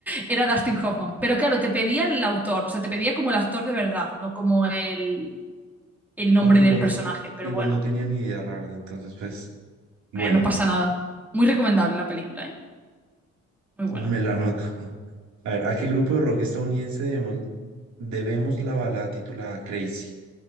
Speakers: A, in the centre; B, on the right (about 70°).
A: Era Dustin Hoffman. Pero claro, te pedía el autor, o sea, te pedía como el actor de verdad, no como el, el nombre
B: Aunque
A: del
B: igual,
A: personaje.
B: i-
A: Pero
B: igual
A: bueno,
B: no tenía ni idea, la verdad. Entonces, pues, bueno,
A: eh, no pasa nada. Muy recomendable la película, ¿eh? Muy buena.
B: me la anoto. <laughs> A ver, ¿a qué grupo de rock estadounidense debemos, debemos la balada titulada Crazy?